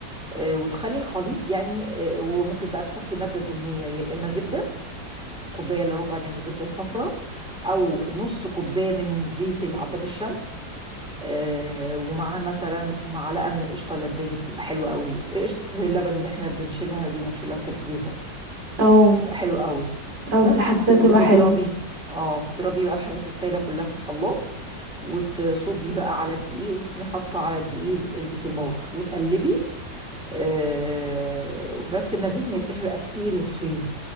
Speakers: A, in the centre; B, on the right.
A: آه، وتخلي الخليط يعني آه، وممكن بقى تحطي مادة دهنية يا إما زبدة كوبايه الا ربع من الزبده الصفراء او نص كوبايه من زيت العباد الشمس آه ومعاها مثلا معلقه من القشطه اللباني بتبقى حلوه قوي قشطه اللبن اللي احنا بنشيلها دي ونشيلها في الفريزر
B: او
A: بتبقى حلوه قوي
B: او
A: بس
B: د- حاسه
A: وت... وتضربي
B: تبقى حلوه
A: اه تضربي بقى الحاجات السايله كلها في الخلاط وتصبي بقى على الدقيق وتكوني حاطه على الدقيق البيكنج باودر وتقلبي آه بس المزيج ما يبقاش بقى تقيل وتخين